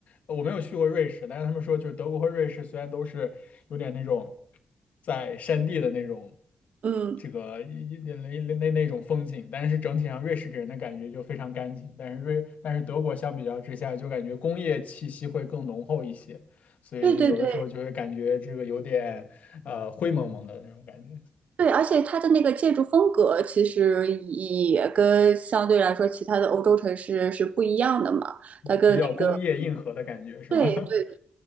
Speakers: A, on the left (about 75°); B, on the right (about 65°).
A: 呃我没有去过瑞士，但是他们说就是德国和瑞士虽然都是有点那种在山地的那种
B: 嗯，
A: 这个一一那那那那种风景，但是整体上瑞士给人的感觉就非常干净，但是瑞但是德国相比较之下就感觉工业气息会更浓厚一些，所以就有的时候就会感觉这个有点呃灰蒙蒙的那种感觉，
B: 对对对对，而且它的那个建筑风格其实也跟相对来说其他的欧洲城市是不一样的嘛，它跟那个
A: 比较工业硬核的感觉是吗？
B: 对对，
A: <laughs>